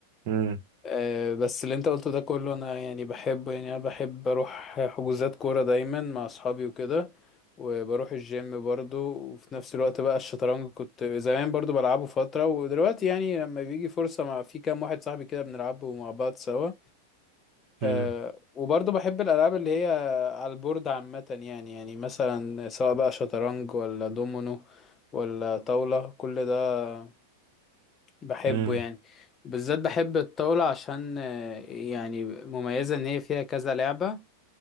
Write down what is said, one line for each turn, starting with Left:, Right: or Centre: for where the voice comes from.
Right: مم.
Left: آه، بس اللي انت قلته ده كله انا يعني بحبه يعني انا بحب اروح حجوزات كورة دايما مع اصحابي وكده وبروح الجيم برضو وفي نفس الوقت بقى الشطرنج كنت زمان برضو بلعبه فترة ودلوقتي يعني لما بيجي فرصة مع في كام واحد صاحبي كده بنلعبه مع بعض سوا
Right: مم.
Left: أه وبرضو بحب الألعاب اللي هي على البورد عامة يعني يعني مثلا سواء بقى شطرنج ولا دومينو ولا طاولة كل ده بحبه
Right: مم.
Left: يعني بالذات بحب الطاولة عشان آه، يعني مميزة إن هي فيها كذا لعبة